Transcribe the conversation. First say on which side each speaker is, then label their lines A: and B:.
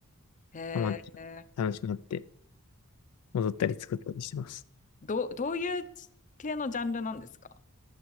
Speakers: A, on the left (about 35°); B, on the left (about 80°).
A: へえ
B: ハマって、楽しくなって、戻ったり作ったりしてます。
A: どう、どういう系のジャンルなんですか